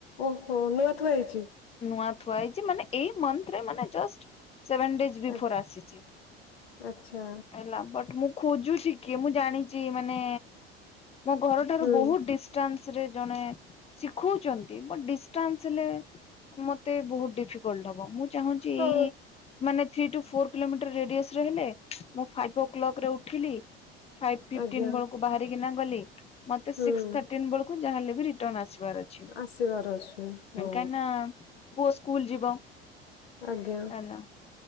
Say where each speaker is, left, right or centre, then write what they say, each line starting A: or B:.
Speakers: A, on the left; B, on the left.
A: ଓହୋ, ନୂଆ ଥୁଆ ହେଇଛି।
B: ନୂଆ ଥୁଆ ହେଇଛି ମାନେ ଏଇ ମନ୍ଥରେ ମାନେ ଜଷ୍ଟ ସେଭନ୍ ଡେଜ୍ ବିଫୋର୍
A: ଆ-
B: ଆସିଛି,
A: ଆଚ୍ଛା
B: ହେଲା ବଟ୍ ମୁଁ ଖୋଜୁଛି କିଏ? ମୁଁ ଜାଣିଛି ମାନେ ମୋ ଘରଠାରୁ
A: ହୁଁ
B: ବହୁତ ଡି ଡିଷ୍ଟାନ୍ସରେ ଜଣେ ଶିଖଉଛନ୍ତି ବଟ୍ ଡିଷ୍ଟାନ୍ସ୍ ହେଲେ ମତେ ବହୁତ୍ ଡିଫିକଲଟ୍ ହବ। ମୁଁ ଚାହୁଁଛି
A: ହଁ
B: ଏଇ ମାନେ ଥ୍ରୀ ଟୁ ଫୋର୍ କିଲୋମିଟର ରେଡିଅସରେ ହେଲେ, ମୁଁ ଫାଇଭ ଓ କ୍ଲକରେ ଉଠିଲି ଫାଇଫି ଫିଫ୍ଟନ୍
A: ଆଜ୍ଞା
B: ବେଳକୁ ବାହାରିକିନା ଗଲି ମତେ
A: ହୁଁ
B: ସିକ୍ସ୍ ଥାର୍ଟିନ୍ ବେଳକୁ କୁ ଯାହାଲେ ବି ରିଟର୍ଣ ଆସିବାର ଅଛି।
A: ଆସିବାର ଅଛି ହଁ
B: କାଇଁ ନା ପୁଅ ସ୍କୁଲ୍ ଯିବ।
A: ଆଜ୍ଞା।
B: ହେଲା